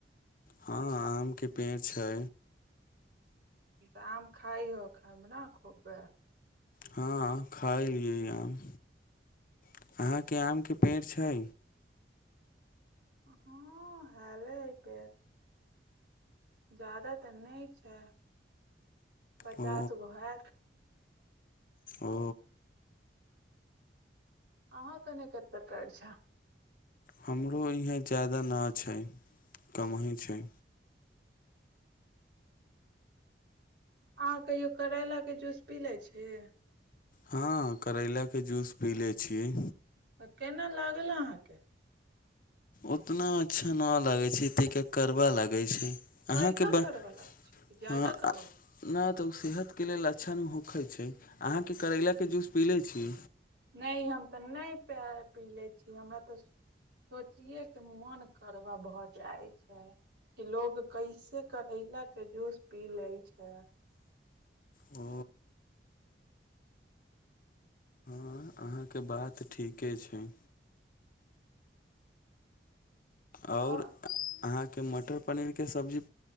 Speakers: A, on the left; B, on the right.
A: हँ आमके पेड़ छै
B: त आम खाए होखब ने खोबै
A: हँ खायलियै आम अहाँके आम के पेड़ छै
B: हँ हेले पेर जदाा त नहि छै पचास
A: ओ
B: गो हत
A: ओ
B: अहाँ के ओने कटे छै
A: हमरो इहे ज्यादा नहि छै कमहि छै
B: अहाँ कहियो करैलाके जूस पी ले छी
A: हँ करैलाके जूस पीले छी
B: केना लागल अहाँके
A: उतना अच्छा नहि लगै छै कड़बा लगैत छै अहाँके
B: तइका
A: ब
B: करवा लाग छै ज्यादा
A: हँ
B: करा लाग छै
A: नहि तऽ ओ सेहतके लेल अच्छा न होखे छै अहाँके करैलाके जूस पी लै छी
B: नहि हम त नहि पी ले छीय हमरा त सोचिये के मन करबा भऽ जाई छै की लोग कैसे करैला के जूस पी ले छै
A: ओ हँ अहाँके बात ठीके छै आओर
B: आ
A: अहाँके मटर पनीरके सब्जी